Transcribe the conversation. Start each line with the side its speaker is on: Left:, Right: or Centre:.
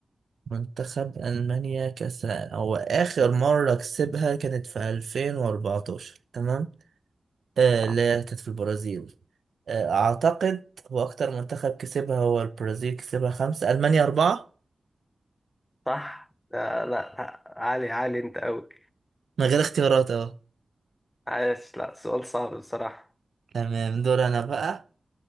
Right: منتخب ألمانيا كأس هو آخر مرة كسبها كانت في 2014 تمام آه
Left: صح
Right: لا كانت في البرازيل آه أعتقد هو أكتر منتخب كسبها هو البرازيل كسبها خمسة ألمانيا أربعة
Left: صح؟ لا لا عالي عالي انت قوي
Right: من غير اختيارات أهو
Left: عايش لا سؤال صعب بصراحة
Right: تمام دور أنا بقى